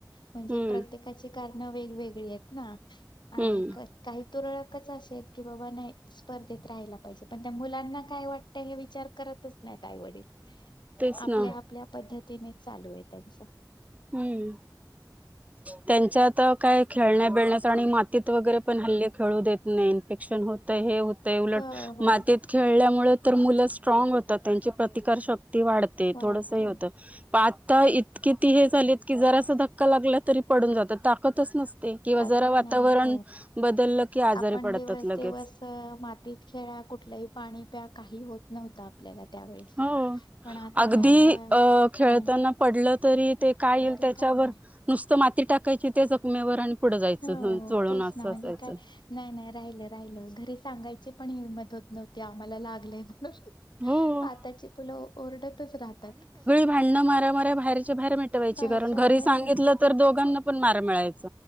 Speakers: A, on the left; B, on the right.
A: म्हणजे
B: हम्म
A: प्रत्येकाची कारण वेगवेगळी आहेत ना. आणि
B: हम्म
A: काही तुरळकच असे आहेत की बाबा नाही स्पर्धेत राहायला पाहिजे पण त्या मुलांना काय वाटतं हे विचार करतच नाहीत आई वडील
B: तेच
A: आपल्या
B: ना
A: आपल्या पद्धतीने चालू आहे त्यांचं
B: हम्म. त्यांच्यात काय खेळण्या बिळण्याच आणि मातीत वगैरे पण हल्ले खेळू देत नाही इन्फेक्शन होतं हे उलट
A: हो हो
B: मातीत खेळल्यामुळे तर मुलं स्ट्राग होतात त्यांची प्रतिकार शक्ती वाढत ते
A: वाढते
B: थोडस होतं प आता इतकी ती हे चालीत की जरा अस धक्का लागला तरी पडून जातात ताकतच नसते किंवा
A: ताकद
B: जरा वातावरण
A: नाही हो
B: बदललं कि आजारी
A: आपण
B: पडतात
A: दिवस
B: लगेच
A: दिवस अ, मातीत खेळा कुठलंही पाणी प्या काही होत नव्हत आपल्याला त्यावेळेस
B: हो
A: पण आता
B: अगदी
A: नाही आता
B: अ खेळताना
A: पाणी
B: पडलं तरी ते काय
A: तरी
B: येईल त्याच्यावर
A: काय नाही
B: नुसतं माती टाकायची त्या जखमेवर आणि पुढं जायचं
A: हो
B: चोळून
A: तेच
B: असं
A: ना म्हणजे
B: असायचं
A: काय नाही नाही राहिलं राहिलं घरी सांगायची पण हिंमत होत नव्हती आम्हाला लागलंय म्हणून
B: हो
A: आताची पुलं ओरडतच राहतात
B: भांड म्या म्या बाहेर बाहेरेटयची
A: बाहेरच्या
B: कारण घरी
A: बाहेर
B: सांगितलं
A: मिठ
B: तर दोघांना पण मार मिळायच